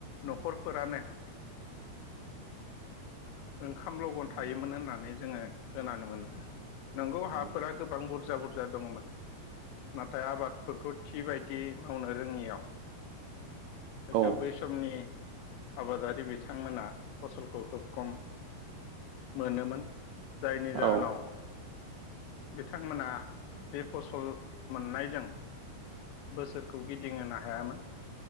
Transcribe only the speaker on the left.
न'खरफोरानो ओंखाम लगन
थायोमोन होननानै जोङो खोनानो मोनो। नंगौ हाफोरा
गोबां बुरजा बुरजा दङमोन। नाथाय आबादफोरखौ थि बायदियै मावनो रोङियाव हयथ'
बै समनि आबादारि बिथांमोना फसलखौ खोब खम मोनोमोन जायनि जाहोनाव
बिथांमोना बे फसल मोननायजों बोसोरखौ गिदिंहोनो हायामोन।